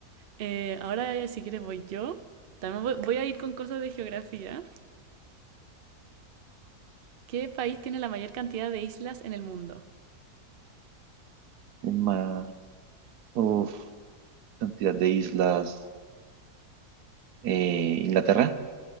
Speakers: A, on the right; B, on the right.
A: Eh, ahora, eh, si quieres, voy yo. También voy, voy a ir con cosas de geografía. ¿Qué país tiene la mayor cantidad de islas en el mundo?
B: En ma- Uf, cantidad de islas. Eh, ¿Inglaterra?